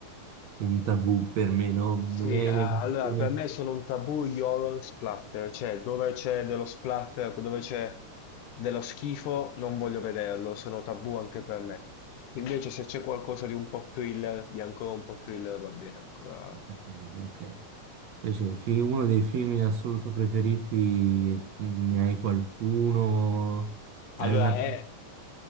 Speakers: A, on the right (about 60°); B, on the left (about 75°).
A: un tabù per me, no? Non
B: Sì,
A: è
B: eh, allora
A: l'emozione.
B: per me sono un tabù gli horror splatter, cioè dove c'è dello splatter, dove c'è dello schifo, non voglio vederlo, sono tabù anche per me. Invece se c'è qualcosa di un po' thriller, di ancora un po' thriller, va bene ancora.
A: Ok, ok. Invece, fi- uno dei film in assoluto preferiti, mm, ne hai qualcuno?
B: Allora,
A: Hai una
B: è-